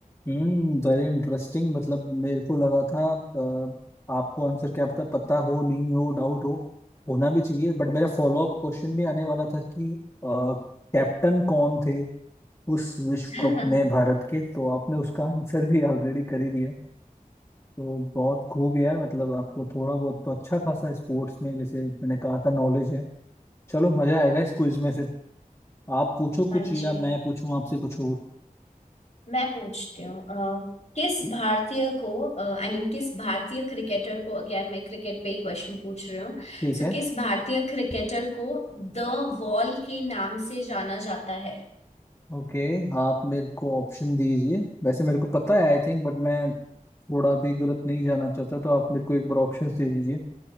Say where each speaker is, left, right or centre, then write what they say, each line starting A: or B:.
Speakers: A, on the left (about 20°); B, on the left (about 50°).
A: हम्म Very interesting मतलब मेरे को लगा था अ, आपको आंसर क्या पता पता हो नहीं हो डाउट हो होना भी चाहिए बट मेरा फॉलो अप क्वेश्चन भी आने वाला था कि अ, कैप्टन कौन थे उस विश्व
B: <laughs>
A: कप में भारत के तो आपने उसका आंसर भी ऑलरेडी कर ही दिया तो बहुत खूब यार मतलब आपको थोड़ा बहुत तो अच्छा खासा स्पोर्ट्स में जैसे मैंने कहा था नॉलेज है चलो मजा आएगा इस क्विज में फिर आप पूछो
B: हाँ
A: कुछ
B: जी
A: या मैं पूछूं आपसे कुछ और
B: मैं पूछती हूँ अ, किस
A: ठीक
B: भारतीय को आई मीन किस भारतीय क्रिकेटर को अगेन मैं क्रिकेट पे ही क्वेश्चन पूछ रही हूँ
A: ठीक
B: सो
A: है
B: किस भारतीय क्रिकेटर को द वॉल के नाम से जाना जाता है
A: ओके आप मेरे को ऑप्शन दीजिए वैसे मेरे को पता है आई थिंक बट मैं थोड़ा भी गलत नहीं जाना चाहता तो आप मेरे को एक बार ऑप्शन दे दीजिए